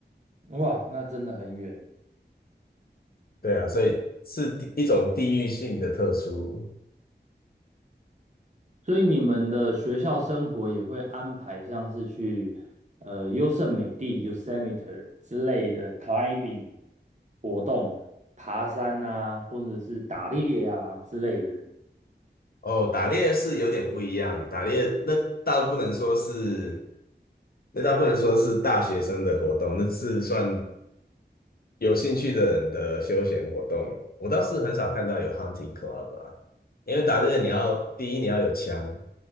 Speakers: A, on the right; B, on the left.
A: 哇，那真的很远。
B: 对啊，所以是地一种地域性的特殊。
A: 所以你们的学校生活也会安排像是去呃优胜美地 （Yosemite） 之类的 climbing 活动，爬山啊，或者是打猎啊之类的。
B: 哦，打猎是有点不一样啊，打猎那倒不能说是，那倒不能说是大学生的活动，那是算有兴趣的人的休闲活动，我倒是很少看到有 hunting club 啊，因为打猎你要第一你要有枪，